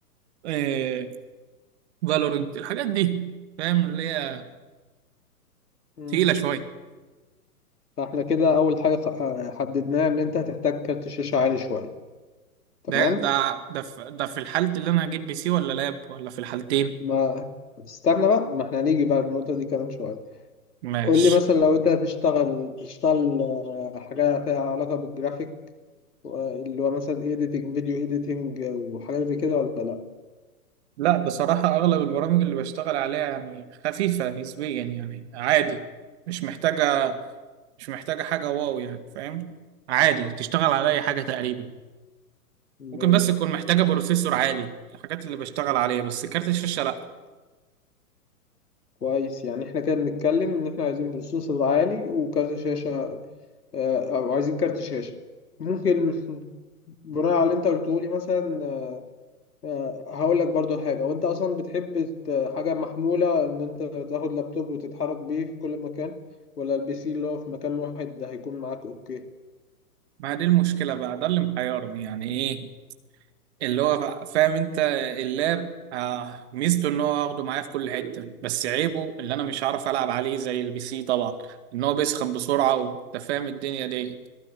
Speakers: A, on the right (about 45°); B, on the left (about 80°).
A: إيه، فالورنت الحاجات دي فاهم اللي هي
B: مم.
A: تقيلة شوية
B: فاحنا كده اول حاجه خ- آه، حددناها ان انت هتحتاج كارت شاشه عالي شويه تمام
A: ده ده ده في, ده في الحالة اللي أنا هجيب بي سي ولا لاب ولا في الحالتين
B: ما استنى بقى ما احنا هنيجي بقى النقطه دي كمان شويه
A: ماشي
B: قول لي مثلا لو انت هتشتغل بتشتغل آه، حاجة فيها علاقة بالجرافيك و- اللي هو مثلا ايديتنج فيديو ايديتنج وحاجات زي كده ولا لا
A: لا بصراحة أغلب البرامج اللي بشتغل عليها يعني خفيفة نسبيا يعني عادي مش محتاجة مش محتاجة حاجة واو يعني فاهم عادي تشتغل على أي حاجة تقريبا
B: ماشي
A: ممكن بس تكون محتاجة بروسيسور عالي الحاجات اللي بشتغل عليها بس كارت الشاشة لأ
B: كويس يعني احنا كده بنتكلم ان احنا عايزين بروسيسور عالي وكارت شاشة آه، او عايزين كارت شاشة ممكن بناء على اللي انت قلته لي مثلا آه، هقول لك برضو حاجة وانت اصلا بتحب ت- حاجة محمولة ان انت تاخد لابتوب وتتحرك بيه في كل مكان ولا البي سي اللي هو في مكان واحد ده هيكون معاك اوكي
A: ما هي دي المشكلة بقى ده اللي محيرني يعني إيه اللي هو فا- فاهم أنت اللاب آه ميزته إن هو هاخده معايا في كل حتة بس عيبه اللي أنا مش هعرف ألعب عليه زي البي سي طبعا إن هو بيسخن بسرعة وأنت فاهم الدنيا دي